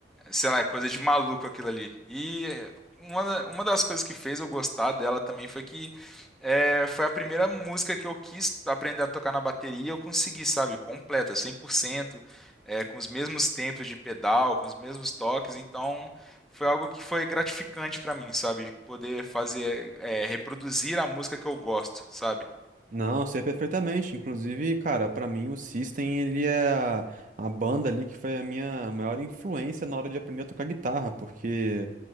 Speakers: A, in the centre; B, on the right.
A: sei lá, é coisa de maluco aquilo ali. E é, uma, da- uma das coisas que fez eu gostar dela também foi que é, foi a primeira música que eu quis aprender a tocar na bateria e eu consegui, sabe, completa, 100%, é, com os mesmos tempos de pedal, com os mesmos toques, então foi algo que foi gratificante pra mim, sabe, poder fazer, é, reproduzir a música que eu gosto, sabe?
B: Não, sei perfeitamente. Inclusive, cara, pra mim o System, ele é a, a banda ali que foi a minha maior influência na hora de aprender a tocar guitarra, porque,